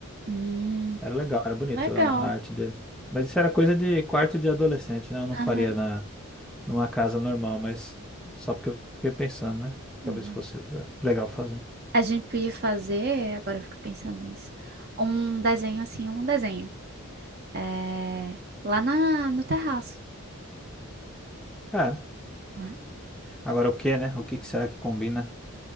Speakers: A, on the right (about 45°); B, in the centre.
A: Hum,
B: Era legal, era bonito
A: legal.
B: a a arte dele. Mas isso era coisa de quarto de adolescente, né? Eu não faria
A: Aham.
B: na. numa casa normal, mas só porque eu fiquei pensando, né?
A: Uhum.
B: Talvez fosse le- legal fazer.
A: A gente podia fazer, agora eu fico pensando nisso, um desenho assim, um desenho. É, lá na, no terraço,
B: É,
A: né?
B: agora o que, né? O que que será que combina?